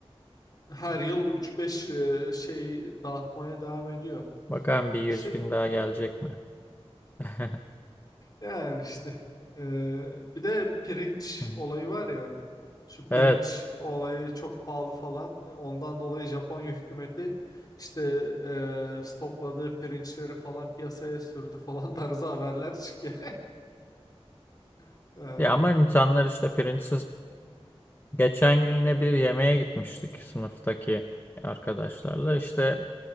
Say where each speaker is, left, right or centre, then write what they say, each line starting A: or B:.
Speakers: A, on the left (about 40°); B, on the left (about 20°).
A: her yıl üç beş e, şey dağıtmaya devam ediyor.
B: Bakalım bir yüz
A: Şimdi
B: bin daha gelecek mi? <laughs> Hı
A: yani işte e, bir de pirinç
B: hı.
A: olayı var ya şu pirinç
B: Evet.
A: olayı çok pahalı falan E, ondan dolayı Japonya hükümeti işte e, stokladığı pirinçleri falan piyasaya sürdü falan <laughs> tarzı haberler çıkıyor. <laughs> E,
B: Ya ama insanlar işte printsiz Geçen gün yine bir yemeğe gitmiştik sınıftaki arkadaşlarla. İşte